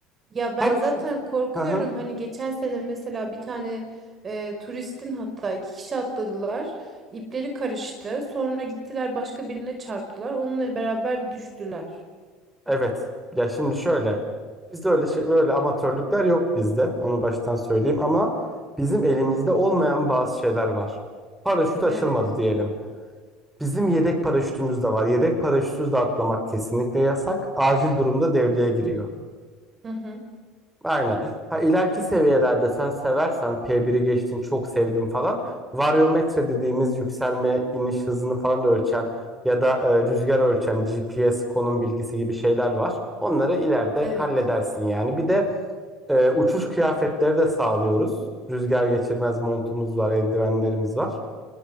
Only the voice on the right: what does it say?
Ya ben
zaten korkuyorum.
Hani geçen sene mesela bir tane e, turistin hatta iki kişi atladılar. İpleri karıştı. Sonra gittiler başka birine çarptılar. Onunla beraber düştüler.
Evet.
Hı hı.
Evet.